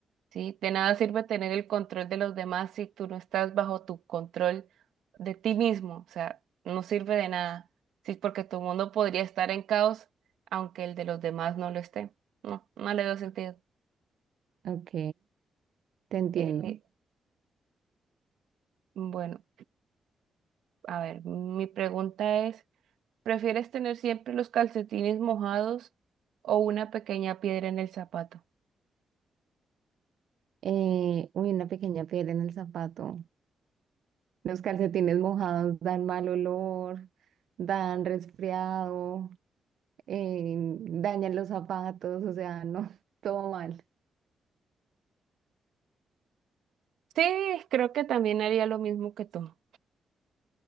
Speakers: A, on the right; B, on the right.
A: ¿sí? De nada sirve tener el control de los demás si tú no estás bajo tu control de ti mismo, o sea, no sirve de nada, ¿sí? Porque tu mundo podría estar en caos aunque el de los demás no lo esté. No, no le veo sentido.
B: ok, te entiendo.
A: Eh, bueno, a ver, mi pregunta es, ¿prefieres tener siempre los calcetines mojados o una pequeña piedra en el zapato?
B: Eh, uy, una pequeña piedra en el zapato. Los calcetines mojados dan mal olor, dan resfriado, eh, dañan los zapatos, o sea, no, <laughs> todo mal.
A: Sí, creo que también haría lo mismo que tú.